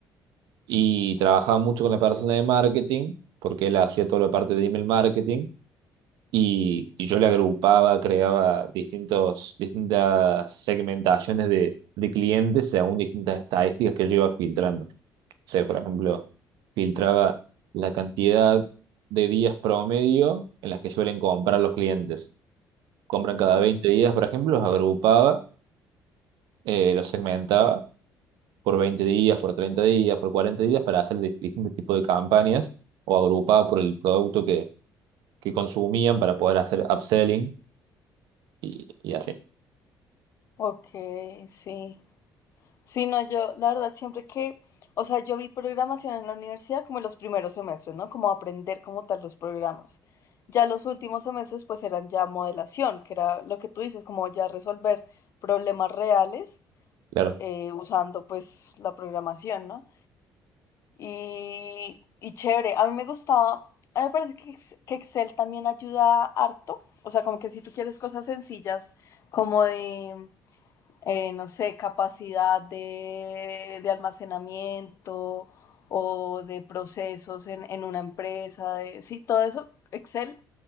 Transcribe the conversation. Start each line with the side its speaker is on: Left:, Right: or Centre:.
Right: Y trabajaba mucho con la persona de marketing, porque él hacía toda la parte de email marketing, y, y yo le agrupaba, creaba distintos, distintas segmentaciones de, de clientes según distintas estadísticas que yo iba filtrando. sea, por ejemplo, filtraba la cantidad de días promedio en las que suelen comprar los clientes. Compran
Left: ok.
Right: cada 20 días, por ejemplo, los agrupaba, eh, los segmentaba por 20 días, por 30 días, por 40 días para hacer di- distintos tipos de campañas o agrupaba por el producto que, que consumían para poder hacer upselling y, y así.
Left: Ok, sí. Sí, no, yo, la verdad, siempre que, o sea, yo vi programación en la universidad como en los primeros semestres, ¿no? Como aprender como tal los programas. Ya los últimos semestres, pues eran ya modelación, que era lo que tú dices, como ya resolver problemas reales
Right: Claro.
Left: eh, usando pues la programación, ¿no? Y, y chévere, a mí me gustaba, a mí me parece que, Ex- que Excel también ayuda harto, o sea, como que si tú quieres cosas sencillas, como de eh, no sé, capacidad de, de almacenamiento o de procesos en, en una empresa. de- sí, todo eso, Excel